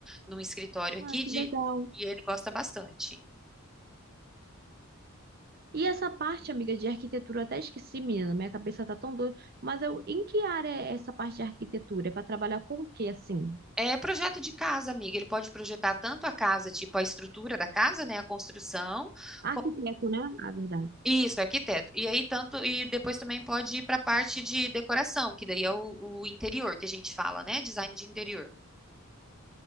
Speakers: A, in the centre; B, on the right.
A: num escritório aqui
B: Ah, que
A: de,
B: legal.
A: e ele gosta bastante.
B: E essa parte, amiga, de arquitetura, eu até esqueci, menina, minha cabeça tá tão doida, mas eu, em que área é essa parte de arquitetura? É para trabalhar com o quê, assim?
A: É projeto de casa, amiga. Ele pode projetar tanto a casa, tipo a estrutura da casa, né, a construção,
B: Arquiteto,
A: como-
B: né? A verdade.
A: isso, arquiteto. E aí tanto e depois também pode ir para a parte de decoração, que daí é o, o interior que a gente fala, né, design de interior.